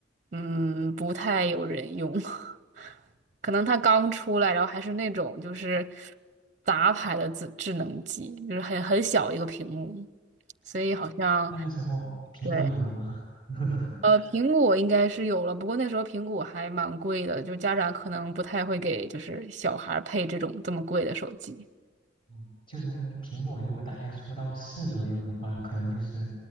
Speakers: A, on the right; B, on the left.
A: 嗯不太有人用，<laughs> 可能它刚出来，然后还是那种就是杂牌的智智能机，就是很很小一个屏幕，所以好像。
B: 那个时候苹果有了吗？
A: 对。
B: <laughs>
A: 呃，苹果应该是有了，不过那时候苹果还蛮贵的，就家长可能不太会给就是小孩儿配这种这么贵的手机。
B: 嗯就是苹果如果大概出到四左右的话，可能就是